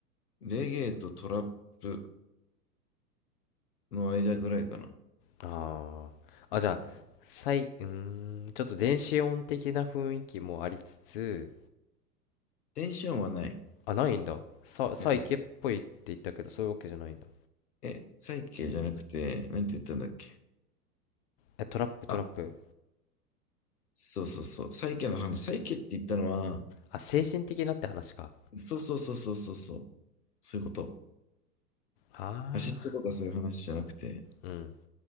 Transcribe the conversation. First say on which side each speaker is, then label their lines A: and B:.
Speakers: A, on the left; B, on the left.
A: レゲエとトラップの間ぐらいかな。
B: ああ、
A: うん、
B: あ、じゃあ、さい、うーん、ちょっと電子音的な雰囲気もありつつ、
A: テンションはない。
B: あ、ないんだ。さ、サイケっぽいって言ったけど、
A: うん、
B: そういうわけじゃないんだ。
A: え、サイケじゃなくて、なんて言ったんだっけ。
B: え、トラップ、トラップ。
A: あ、そうそうそう。サイケの話。サイケって言ったのは、
B: あ、精神的なって話か。
A: そうそうそうそうそうそう。そういうこと。
B: ああ、
A: アシッドとかそういう話じゃなくて、
B: うん。